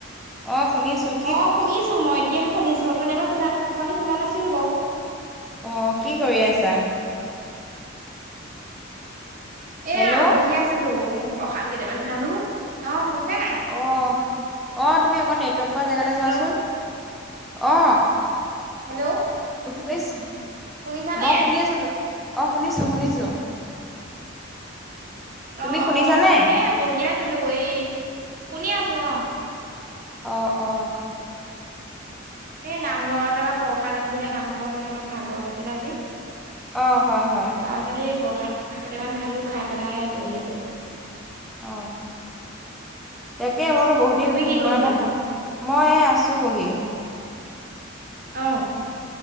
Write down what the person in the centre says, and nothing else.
অ শুনিছোঁ।
অ কি কৰি আছা?
হেল্ল'
অহ, অ তুমি আকৌ নেটৱৰ্ক পোৱা জেগালৈ
যোৱাচোন, অ
শুনিছ,
মই শুনি আছোতো। অ শুনিছো শুনিছো, তুমি
শুনিছানে?
অ অ।
অ হয় হয়।
অ, তাকে মই বলো বহুত দিন
ফোন
কৰা নাই ফোন, মই আছো বহি।